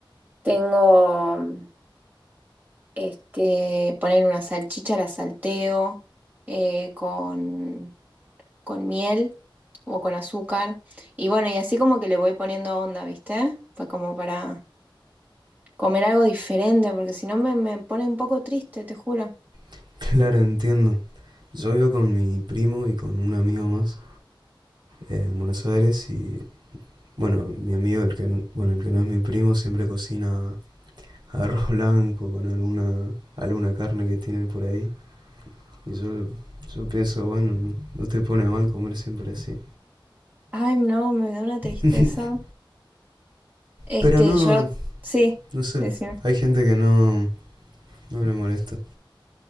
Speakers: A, on the right; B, on the right.
A: tengo, mm, este, poner una salchicha, la salteo eh, con con miel o con azúcar. Y bueno, y así como que le voy poniendo onda, ¿viste? Fue como para comer algo diferente, porque si no me, me pone un poco triste, te juro.
B: <laughs> Claro, entiendo. Yo vivo con mi primo y con un amigo más eh, en Buenos Aires y, bueno, mi amigo, el que, n- bueno, el que no es mi primo, siempre cocina arroz <laughs> blanco con alguna, alguna carne que tiene por ahí. Y yo, yo pienso, bueno, no, no te pone mal comer siempre así.
A: Ay, no, me da una tristeza.
B: <laughs>
A: Este,
B: Pero no,
A: yo, sí,
B: No sé,
A: decía.
B: hay gente que no, no le molesta.